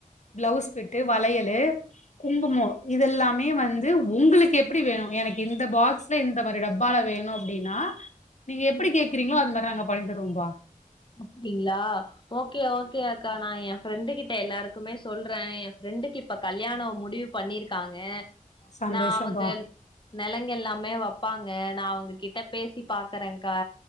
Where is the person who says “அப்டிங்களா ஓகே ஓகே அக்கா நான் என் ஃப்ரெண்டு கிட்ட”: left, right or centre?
Left